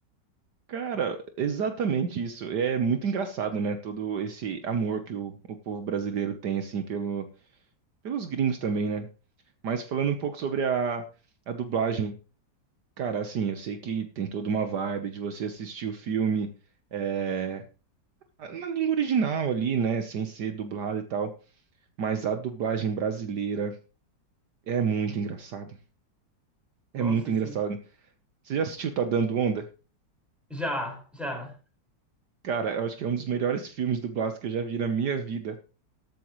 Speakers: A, on the right; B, in the centre.
A: Cara, exatamente isso. É muito engraçado, né? Todo esse amor que o, o povo brasileiro tem, assim, pelo, pelos gringos também, né? Mas falando um pouco sobre a, a dublagem, cara, assim, eu sei que tem toda uma vibe de você assistir o filme. eh, na língua original ali, né? Sem ser dublado e tal. Mas a dublagem brasileira é muito engraçada.
B: Nossa,
A: É muito
B: assim,
A: engraçada. Você já assistiu Tá Dando Onda?
B: já, já.
A: Cara, eu acho que é um dos melhores filmes dublados que eu já vi na minha vida.